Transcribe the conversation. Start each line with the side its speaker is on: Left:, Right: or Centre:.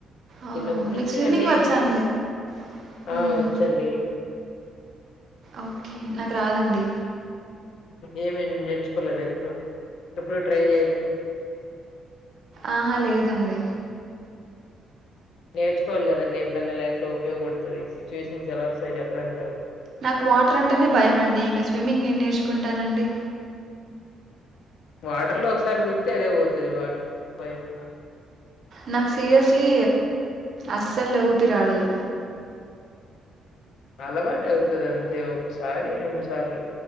Right: ఆ!
Left: చిన్నప్పటి
Right: మీకు
Left: నుంచి
Right: స్విమ్మింగ్
Left: అన్నీ
Right: వచ్చా అండి? హ్మ్.
Left: ఆ వచ్చండి
Right: ఓకే నాకు రాదండి
Left: ఏమండీ నేర్చుకోలేద ఎప్పుడు ఎప్పుడు ట్రై చేయాల
Right: ఆహా లేదండి
Left: నేర్చుకోవాలి కదండి ఎప్పుడైనా లైఫ్ లో ఉపయోగపడుతుంది సిట్యువేషన్ ఎలా వస్తాయి చెప్పడానికి కదా
Right: నాకు వాటర్ అంటేనే భయం అండి ఇంకా స్విమ్మింగ్ ఏం నేర్చుకుంటానండి
Left: వాటర్ లో ఒకసారి దూకితే అదే పోతాది వాటర్ భయం
Right: నాకు సీరియస్లీ అస్సలు ఊపిర ఆడదు
Left: అలవాటు అవుతుంది అంతే ఒకసారి రెండు సార్లు